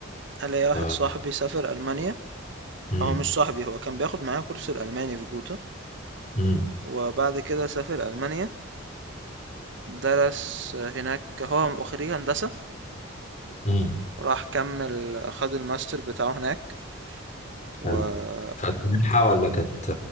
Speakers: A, on the right; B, on the left.
A: الاقي واحد
B: ف
A: صاحبي سافر المانيا
B: امم
A: هو مش صاحبي هو كان بياخد معايا كورس الالماني في جوتا
B: امم
A: وبعد كده سافر المانيا درس هناك هو خريج هندسة
B: امم
A: راح كمل خد الماستر بتاعه هناك و
B: حلو كانت منحه ولا كانت